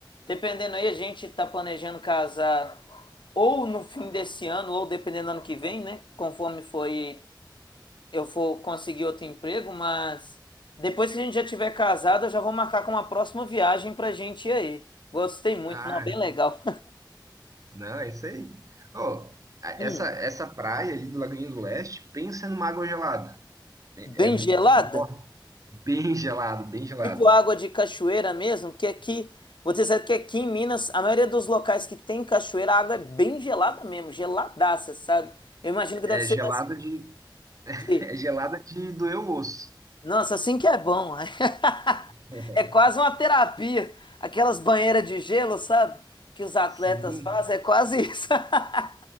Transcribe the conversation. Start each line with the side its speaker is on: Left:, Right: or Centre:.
Left: Dependendo aí, a gente tá planejando casar ou no fim desse ano, ou dependendo do ano que vem, né? Conforme foi, eu for conseguir outro emprego, mas... Depois que a gente já tiver casado, eu já vou marcar com uma próxima viagem pra gente ir aí. Gostei muito,
Right: Ah,
Left: não, bem legal.
Right: não, é isso aí. Ó, a-
Left: Hum,
Right: essa, essa praia ali do Lagoinha do Leste, pensa numa água gelada. É,
Left: bem
Right: é nó,
Left: gelada?
Right: bem gelado, bem gelado.
Left: Tipo água de cachoeira mesmo, porque aqui, vou te dizer que aqui em Minas, a maioria dos locais que tem cachoeira, a água é bem gelada mesmo, geladaça, sabe? Eu imagino que
Right: É
Left: deve ser
Right: gelada
Left: desse
Right: de, <laughs>
Left: de...
Right: é gelada de doer o osso.
Left: Nossa, assim que é bom. <laughs>
Right: <laughs>
Left: É quase uma terapia. Aquelas banheiras de gelo, sabe? Que os atletas
Right: Sim.
Left: fazem, é quase isso. <laughs>